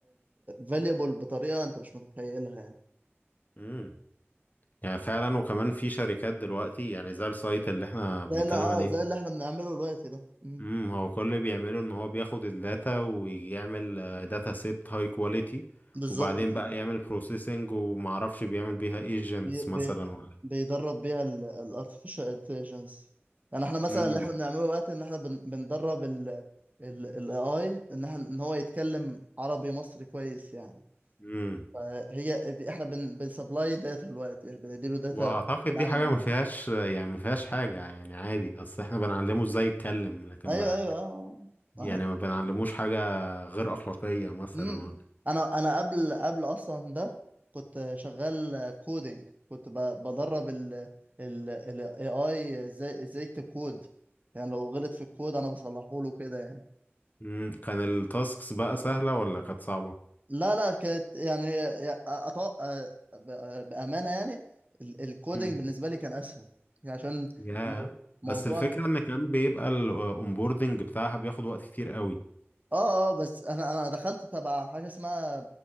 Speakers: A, on the right; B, on the left.
A: فاليبل بطريقة انت مش متخيلها يعني
B: امم يعني فعلا وكمان في شركات دلوقتي يعني زي السايت اللي احنا بنتكلم
A: زي اللي اه
B: عليه
A: زي اللي احنا بنعمله دلوقتي ده مم.
B: امم هو كل اللي بيعمله ان هو بياخد الداتا ويعمل آه، داتا سيت هاي كواليتي
A: بالظبط
B: وبعدين
A: كده
B: بقى يعمل بروسيسنج ومعرفش بيعمل بيها ايجنتس
A: بي بي
B: مثلا ولا
A: بيدرب بيها ال ال artificial intelligence يعني احنا مثلا
B: امم
A: اللي احنا بنعمله دلوقتي ان احنا بن بندرب ال ال ال AI ان احنا ان هو يتكلم عربي مصري كويس يعني
B: امم
A: فهي دي احنا بن بنسبلاي داتا دلوقتي بنديله داتا
B: واعتقد
A: تعلم
B: دي حاجه ما فيهاش يعني ما فيهاش حاجه يعني عادي اصل احنا بنعلمه ازاي يتكلم لكن
A: ايوه
B: ما
A: ايوه اه
B: يعني
A: آه.
B: ما بنعلموش حاجه غير اخلاقيه مثلا
A: مم.
B: ولا
A: انا انا قبل قبل اصلا ده كنت شغال كودينج كنت ب- بدرب ال ال ال AI ازاي ازاي يكتب كود يعني لو غلط في الكود انا بصلحه له كده يعني
B: امم كان التاسكس بقى سهله ولا كانت صعبه
A: لا لا كانت يعني يا- أط... آه، ب- آه، بأمانة يعني ال- الكودينج
B: امم
A: بالنسبة لي كان اسهل يعني عشان
B: يا
A: مو- موضوع
B: بس الفكره ان كان بيبقى الاونبوردنج بتاعها بياخد وقت كتير قوي
A: اه اه بس انا انا دخلت تبع حاجه اسمها